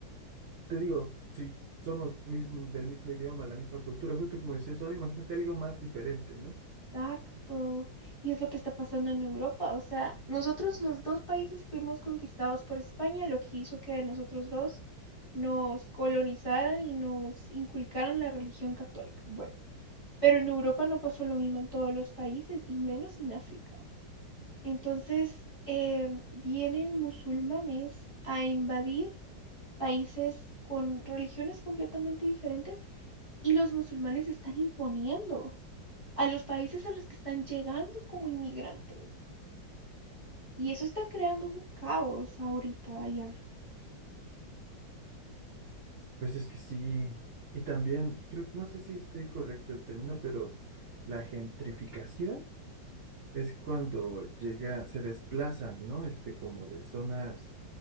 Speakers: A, on the right; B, on the left.
A: te digo, si somos mismo, del mismo idioma, la misma cultura, justo como decías ahora, imagínate algo más diferente, ¿no?
B: Exacto. Y es lo que está pasando en Europa. O sea, nosotros los dos países fuimos conquistados por España, lo que hizo que a nosotros dos nos colonizaran y nos inculcaran la religión católica. Bueno, pero en Europa no pasó lo mismo en todos los países y menos en África. Entonces, em, vienen musulmanes a invadir países con religiones completamente diferentes y los musulmanes se están imponiendo a los países a los que están llegando como inmigrantes. Y eso está creando un caos ahorita, vaya.
A: Pues es que sí, y también, creo que no sé si estoy correcto el término, pero la gentrificación es cuando llega, se desplazan, ¿no? Este, como de zonas,